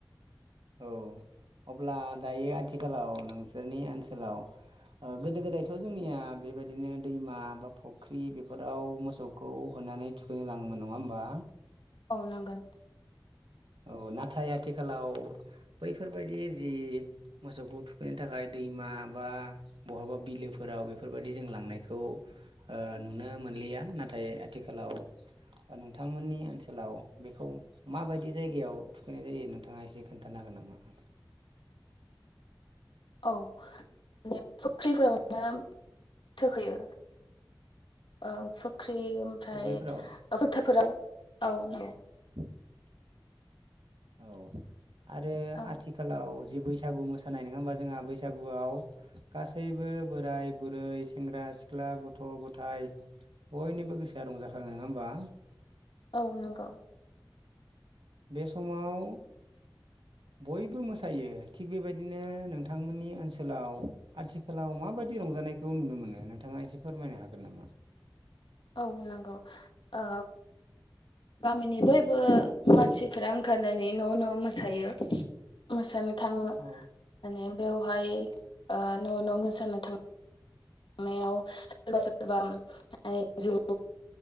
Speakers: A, on the right; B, on the left.
A: औ अब्ला दायो आथिखालाव नोंसोरनि ओनसोलाव ओ गोदो गोदायथ' जोंनिया बेबायदिनो दैमा बा फुख्रि बेफोराव मोसौखौ होनो नानै थुखैनो लाङोमोन नङा होमबा
B: औ लांगोन
A: औ नाथाय आथिखालाव बैफोरबायदि जि मोसौखौ थुखैनो थाखाय दैमा बा बहाबा बिलोफोराव बेफोरबायदि जों लांनायखौ ओ नुनो मोन मोनलिया नाथाय आथिखालाव नोंथांमोननि ओनसोलाव बेखौ माबायदि जायगायाव थुखैनाय जायो नोंथाङा एसे खोन्थानो हागोन नामा
B: औ मे फुख्रिफोरावनो थोखैयो ओ फुख्रि ओमफ्राय
A: फुख्रिफोराव
B: फोथोरफोराव <inaudible> औ नोंगै
A: औ <inaudible> औ आरो
B: औ
A: आथिखालाव जि बैसागु मोसानाय नङा होमबा जोंहा बैसागुआव गासैबो बोराय बुरै सेंग्रा सेंग्रा सिख्ला गथ' गथाय बयनिबो गोसोआ रंजाखाङो नङा होमबा
B: औ नंगौ
A: बे समाव बयबो मोसायो थिग बेबायदिनो नोंथांमोननि ओनसोलाव आथिखालाव माबायदि रंजायो रंजानायखौ नुनो मोननो नोंथाङा एसे फोरमायनो हागोन नामा
B: औ नंगौ ओ गामिनि बयबो मानसिफोरा ओंखारनानै न' न' मोसायो मोसानो थाङो
A: औ
B: माने बेवहाय ओ न' न' मोसानो थाङो याव सोरबा सोरबा माने जौ